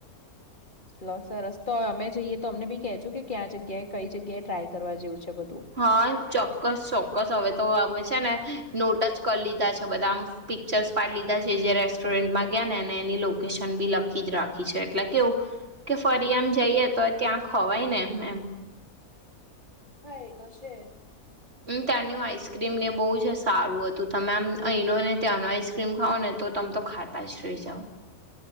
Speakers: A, on the left; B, on the right.
A: લો સરસ! તો અમે જઈએ તો અમને બી કેજો કે ક્યાં જગ્યાએ કઈ જગ્યાએ ટ્રાય કરવા જેવું છે બધું?
B: હા ચોક્કસ ચોક્કસ. હવે તો હમે છે ને નોટ જ કરી લીધા છે. બધાં આમ પિક્ચર્સ પાડી લીધા છે. જે રેસ્ટોરન્ટમાં ગ્યા ને અને એની લોકેશન બી લખીજ રાખી છે. એટલે કેવુ કે ફરી આમ જઈએ તો ત્યાં ખવાય ને એમ
A: હા એતો છે.
B: એમ ત્યાંની આઈસક્રીમ ને એ બહુ જ સારું હતું. તમે આમ અહીંનો ને ત્યાંનો આઈસ ક્રીમ ખાવ ને તો તમે તો ખાતા જ રઈ જાવ